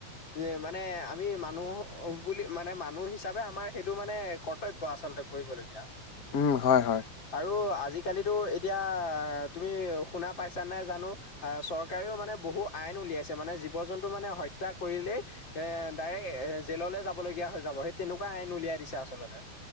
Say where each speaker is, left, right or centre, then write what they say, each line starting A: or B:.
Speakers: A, on the left; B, on the left.
A: উ মানে আমি মানুহ বুলি মানে মানুহ হিচাপে আমাৰ সেইটো মানে কৰ্তব্য আচলতে কৰিবলগীয়া
B: উম হয় হয়।
A: আৰু আজিকালিতো এতিয়া তুমি শুনা পাইছা নে জানো আহ চৰকাৰেও মানে ব বহু আইন উলিয়াইছে মানে জীৱ জন্তু মানে হত্যা কৰিলেই এ ডাইৰেক্ট এ জেললৈ যাবলগীয়া হৈ যাব সেই তেনেকুৱা আইন উলিয়াই দিছে আচলতে,